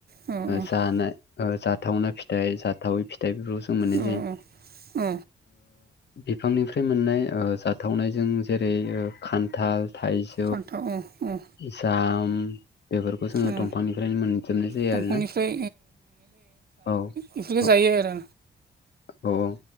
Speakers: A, on the right (about 50°); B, on the left (about 60°).
A: औ औ
B: जानाय जाथावनाा फिथाइ जाथावै फिथाइ बेफोरखौ जों मोनो
A: औ
B: जे
A: औ ओ
B: बिफांनिफ्राय मोननाय जाथावनायजों जेरै खान्थाल थाइज
A: खान्थाव औ अ
B: जाम बेफोरखौ जोङो
A: ओ
B: दंफांनिफ्रायनो मोनजोबनाय जायो
A: दंफांनिफ्राय
B: आरोना औ
A: बेफोरखो
B: औ
A: जायो आरो
B: औ औ